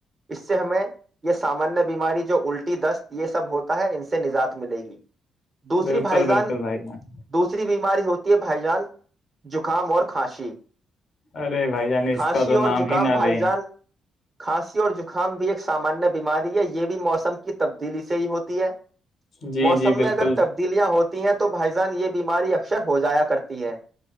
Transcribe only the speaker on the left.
بالکل
بالکل بھائی جان
ارے بھائی جان اس
کا تو
نام
ہی نہ
لیں
جی
جی
بالکل